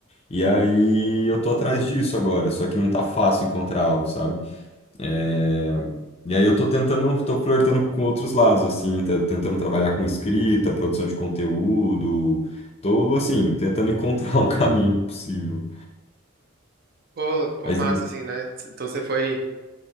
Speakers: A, on the left; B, on the right.
A: E aí eu tô atrás disso agora, só que não tá fácil encontrar algo, sabe? É,
B: Hum.
A: E aí eu tô tentando, tô flertando com outros lados, assim, tá- tentando trabalhar com escrita, produção de conteúdo, tô, assim, tentando encontrar <laughs> um caminho possível.
B: Pô, pô,
A: Mas
B: massa, assim, né? Então você foi.